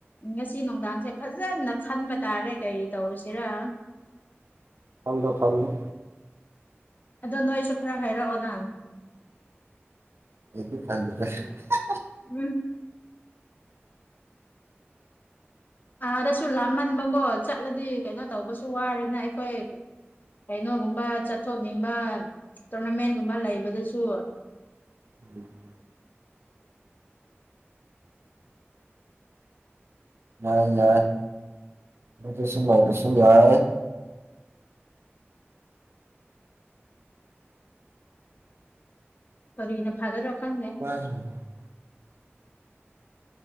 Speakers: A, on the left (about 40°); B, on the right (about 65°).
A: ꯉꯁꯤ ꯅꯨꯡꯗꯥꯡꯁꯦ ꯐꯖꯅ ꯈꯟꯕ ꯇꯥꯔꯦ ꯀꯔꯤ ꯇꯧꯁꯤꯔ
B: ꯈꯜꯂꯣ ꯈꯜꯂꯨ
A: ꯑꯗꯣ ꯅꯣꯏꯁꯨ ꯈꯔ ꯍꯥꯏꯔꯛꯑꯣꯅꯥ
B: <unintelligible>
A: ꯎꯝ ꯑꯥꯗꯁꯨ ꯂꯥꯞꯃꯟꯕꯀꯣ ꯆꯠꯂꯗꯤ ꯀꯩꯅꯣ ꯇꯧꯕꯁꯨ ꯋꯥꯔꯦꯅ ꯑꯩꯈꯣꯏ ꯀꯩꯅꯣꯒꯨꯝꯕ ꯆꯠꯊꯣꯛꯅꯤꯡꯕ ꯇꯣꯔꯅꯥꯃꯦꯟꯒꯨꯝꯕ ꯂꯩꯕꯗꯨꯁꯨ
B: <inaudible> ꯌꯥꯏ ꯌꯥꯏ ꯑꯗꯨꯁꯨꯝ ꯂꯩꯔꯁꯨ ꯌꯥꯏ
A: ꯀꯔꯤꯅ ꯐꯥꯒꯗꯔꯣ ꯈꯪꯗꯦ
B: <unintelligible>